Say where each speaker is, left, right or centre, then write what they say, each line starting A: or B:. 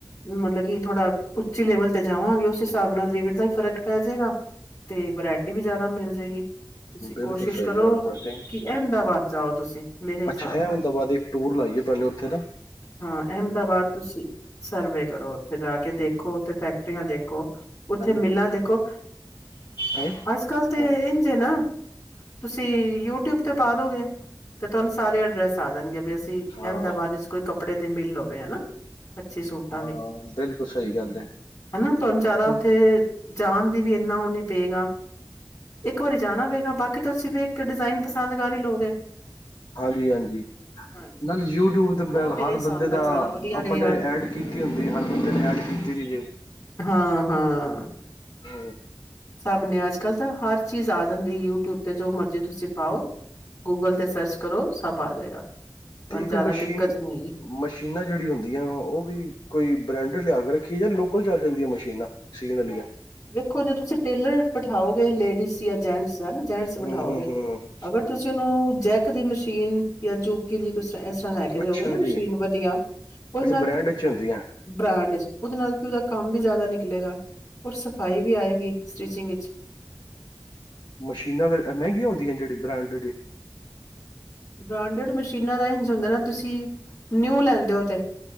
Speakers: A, on the left; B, on the left.
A: ਮਤਲਬ ਕਿ ਥੋੜਾ ਉੱਚੀ ਲੈਵਲ ਤੇ ਜਾਵਾਂਗੇ, ਉਸ ਹਿਸਾਬ ਨਾਲ ਮਤਲਬ ਫ਼ਰਕ ਪੈ ਜੇਗਾ ਤੇ ਵਰਾਇਟੀ ਵੀ ਜਾਦਾ ਮਿਲ ਜੇਗੀ। ਤੁਸੀਂ
B: ਬਿਲਕੁਲ
A: ਕੋਸ਼ਿਸ਼
B: ਸਹੀ
A: ਕਰੋ
B: ਗੱਲ ਤੁਹਾਡੀ
A: ਕਿ ਅਹਿਮਦਾਬਾਦ ਜਾਓ ਤੁਸੀਂ, ਮੇਰੇ ਹਿਸਾਬ
B: ਅੱਛਾ ਇਹ
A: ਨਾਲ।
B: ਹੁਣ ਤੋਂ ਬਾਅਦ ਇੱਕ ਟੂਰ ਲਾਈਏ ਪਹਿਲੇ ਉੱਥੇ ਦਾ।
A: ਹਾਂ ਅਹਿਮਦਾਬਾਦ ਤੁਸੀਂ ਸਰਵੇ ਕਰੋ, ਉੱਥੇ ਜਾ ਕੇ ਦੇਖੋ ਉੱਥੇ ਫੈਕਟਰੀਆਂ ਦੇਖੋ।
B: ਹਾਂਜੀ
A: ਤੇ ਮਿਲਾਂ ਦੇਖੋ
B: ਹੈਂ
A: ਅੱਜ ਕੱਲ ਤੇ
B: ਹਾਂ
A: ਇੰਝ ਏ ਨਾ ਤੁਸੀਂ ਯੂਟਿਊਬ ਤੇ ਪਾ ਦੋਗੇ ਤੇ ਤੁਹਾਨੂੰ ਸਾਰੇ ਅਡਰੈਸ ਆ ਜਾਨਗੇ ਵੀ ਅਸੀਂ
B: ਹਾਂ
A: ਅਹਿਮਦਾਬਾਦ ਵਿੱਚ ਕੋਈ ਕੱਪੜੇ ਦੀ ਮਿਲ ਹੋਵੇ ਹਨਾ। ਅੱਛੇ ਸੂਟਾਂ
B: ਹਾਂ
A: ਦੀ,
B: ਬਿਲਕੁਲ ਸਹੀ ਗੱਲ ਹੈ
A: ਹਨਾ ਤੁਹਾਨੂੰ ਜਾਦਾ
B: ਕਿਉਂ
A: ਉੱਥੇ ਜਾਨ ਦੀ ਵੀ ਇੰਨਾ ਉਹ ਨੀ ਪਏਗਾ, ਇੱਕ ਵਾਰੀ ਜਾਨਾ ਪਏਗਾ ਬਾਕੀ ਤਾਂ ਤੁਸੀ ਵੀ ਕਿ ਡਿਜ਼ਾਇਨ ਪਸੰਦ ਕਰ ਈ ਲੋਗੇ।
B: ਹਾਂਜੀ-ਹਾਂਜੀ।
A: ਹਾਂਜੀ
B: ਨਾਲ ਯੂਟਿਊਬ ਤੇ
A: ਉਹ
B: ਮੈਂ
A: ਮੇਰੇ
B: ਹਰ
A: ਹਿਸਾਬ
B: ਬੰਦੇ
A: ਨਾਲ
B: ਦਾ,
A: ਜ਼ਿਆਦਾ ਵਧੀਆ
B: ਆਪਣੇ
A: ਰਹੇਗਾ
B: ਐਡ ਕੀਤੀ ਹੁੰਦੀ ਹਰ ਬੰਦੇ ਨੇ ਐਡ ਕੀਤੀ ਦੀ। <unintelligible>
A: ਹਾਂ-ਹਾਂ।
B: ਹੂੰ।
A: ਸਬ ਨੇ, ਅੱਜ ਕੱਲ੍ਹ ਤਾਂ ਹਰ ਚੀਜ਼ ਆ ਜਾਂਦੀ ਯੂਟਿਊਬ ਤੇ ਜੋ ਮਰਜ਼ੀ ਤੁਸੀਂ ਪਾਓ। ਗੂਗਲ ਤੇ ਸਰਚ ਕਰੋ, ਸਭ ਆ ਜੇਗਾ ਤੁਹਾਨੂੰ
B: ਤੇ ਇੱਕ
A: ਜ਼ਿਆਦਾ
B: ਮਸ਼ੀਨ
A: ਦਿੱਕਤ ਨਹੀਂ ਹੈਗੀ।
B: ਮਸ਼ੀਨਾਂ ਜਿਹੜੀ ਹੁੰਦੀਆਂ, ਉਹ ਵੀ ਕੋਈ ਬ੍ਰੈਂਡਡ ਲਿਆ ਕੇ ਰੱਖੀਏ ਜਾਂ ਲੋਕਲ ਚੱਲ ਜਾਂਦੀਆਂ ਮਸ਼ੀਨਾਂ? <unintelligible>
A: ਵੇਖੋ ਜੇ, ਤੁਸੀਂ ਟੇਲਰ ਬਿਠਾਓਗੇ ਲੇਡੀਜ਼ ਜਾਂ ਜੈਂਟਸ, ਜੈਂਟਸ ਬਿਠਾਓਗੇ,
B: ਹਮ ਹਮ ਹਮ
A: ਅਗਰ ਤੁਸੀਂ ਉਹਨੂੰ, ਜੈਕ ਦੀ ਮਸ਼ੀਨ ਜਾਂ ਜੋਕੀ ਦੀ ਕੁ ਤਰ੍ਹਾਂ ਇਸ ਤਰ੍ਹਾਂ ਲੈ ਕੇ ਦਿਓਗੇ
B: ਅੱਛਾ
A: ਨਾ
B: ਜੀ
A: ਮਸ਼ੀਨ ਵਧੀਆ, ਉਹਦੇ
B: ਅੱਛਾ
A: ਨਾਲ
B: ਬ੍ਰੈਂਡ ਚ ਹੁੰਦੀਆਂ
A: ਬ੍ਰਾਂਡ ਚ' ਉਹਦੇ ਨਾਲ ਕੀ ਉਹਦਾ ਕੰਮ ਵੀ, ਜ਼ਿਆਦਾ ਨਿਕਲੇਗਾ। ਔਰ ਸਫਾਈ ਵੀ ਆਏਗੀ ਸਟਿਚਿੰਗ ਵਿੱਚ
B: ਮਸ਼ੀਨਾਂ ਫੇਰ ਮਹਿੰਗੀਆਂ ਹੁੰਦੀਆਂ? ਜਿਹੜੀ ਬ੍ਰਾਂਡਡ ਏ ਂੰੱ
A: ਬ੍ਰਾਂਡਡ ਮਸ਼ੀਨਾਂ ਦਾ ਇੰਝ ਹੁੰਦਾ ਨਾ, ਤੁਸੀਂ ਨਿਊ ਲੈਂਦੇ ਹੋ ਤੇ